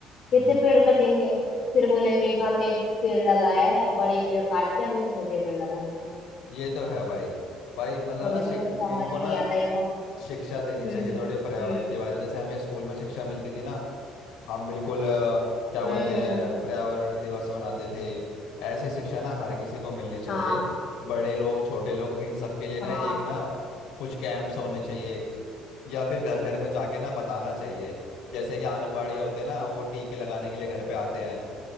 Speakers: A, on the left (about 40°); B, on the left (about 85°).
A: फिर
B: हम्म
A: से पेड़ कटेंगे फिर बोलेंगे कि हमने एक पेड़ लगाया है बड़े पेड़ काट के हमने छोटे पेड़ लगाए हैं
B: ये तो है भाई भाई मतलब
A: मुझे
B: ना शिक,
A: तो समझ
B: इनको
A: ही
B: ना
A: नहीं आता इनका
B: शिक्षा देनी
A: हम्म
B: चाहिए थोड़ी पर्यावरण
A: हम्म
B: के बारे में जैसे हमें स्कूल में शिक्षा मिलती थी ना हम बिल्कुल अ, क्या बोलते
A: हम्म हम्म
B: हैं
A: हम्म हम्म।
B: पर्यावरण दिवस बनाते थे ऐसी शिक्षा ना हर किसी को मिलनी चाहिए
A: हाँ
B: बड़े लोग छोटे लोग इन सब के लिए ना
A: हाँ
B: एक ना कुछ कैंप्स होने चाहिए या फिर घर घर में जाके ना बताना चाहिए जैसे कि आंगनवाड़ी होते हैं ना वो टीके लगाने के लिए घर पे आते हैं